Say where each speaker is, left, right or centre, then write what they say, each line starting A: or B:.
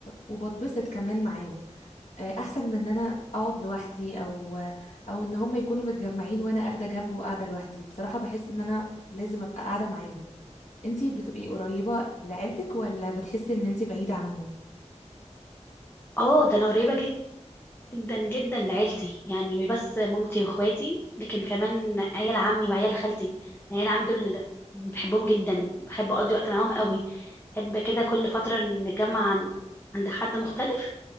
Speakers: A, on the left; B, on the left.
A: وبتبسط كمان معاهم آه، احسن من ان انا اقعد لوحدي او او ان هم يكونوا متجمعين وانا اخده جنبه وقاعدة لوحدي بصراحة بحس ان انا لازم ابقى قاعدة معاهم انتي بتبقي قريبة لعيلتك ولا بتحسي ان انتي بعيدة عنهم
B: اه ده أنا قريبة جدا جدا لعيلتي يعني مش بس مامتي واخواتي لكن كمان عيال عمي وعيال خالتي عيال عمي دول بحبهم جدا بحب اقضي وقت معاهم قوي بحب كده كل فترة نتجمع عن- عند حد مختلف